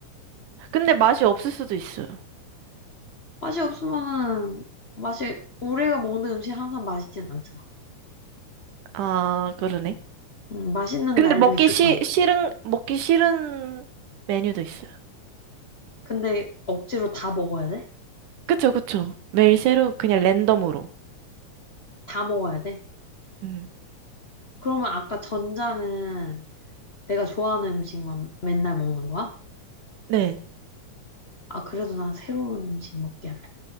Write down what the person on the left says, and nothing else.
맛이 없으면은, 맛이, 우리가 먹는 음식 항상 맛있진 않잖아.
응, 맛있는
날도
있을
거 아니야.
근데 억지로 다 먹어야 돼?
다 먹어야 돼?
그러면 아까 전자는 내가 좋아하는 음식만 맨날 먹는 거야?
아, 그래도 난 새로운 음식 먹게 할래.